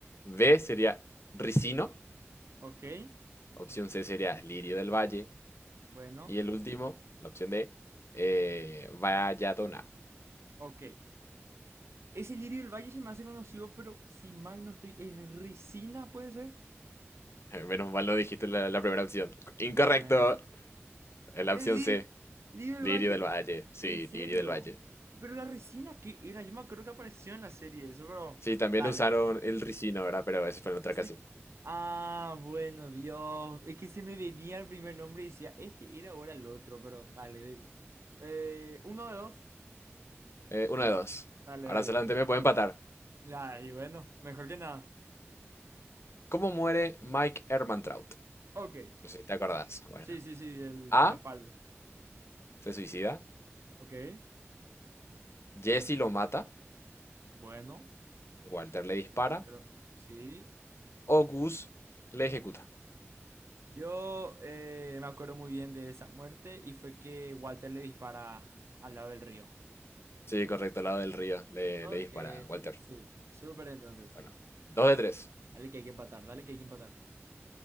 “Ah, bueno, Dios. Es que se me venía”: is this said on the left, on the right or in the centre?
Right